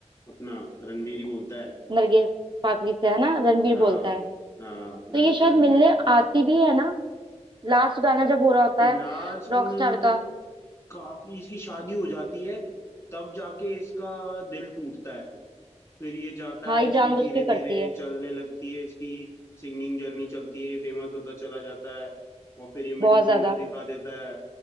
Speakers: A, on the left; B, on the right.
A: अपना रणबीर ही बोलता है
B: नरगिस फाकरी से है ना रणबीर
A: हाँ
B: बोलता है
A: हाँ नर-
B: तो ये शायद
A: रणबीर
B: मिलने
A: को
B: आती भी है ना लास्ट गाना जब हो रहा होता
A: लास्ट
B: है रॉकस्टार
A: में तो
B: का
A: काफी इसकी शादी हो जाती है तब जाके इसका दिल टूटता है फिर ये जाता
B: हाँ
A: है
B: ये
A: इसकी
B: जानबूझ
A: धीरे
B: के करती
A: धीरे
B: है
A: चलने लगती है इसकी सिंगिंग जर्नी चलती है फेमस होता चला जाता है और फिर ये मिडिल
B: बहुत
A: फिंगर
B: ज्यादा
A: दिखा देता है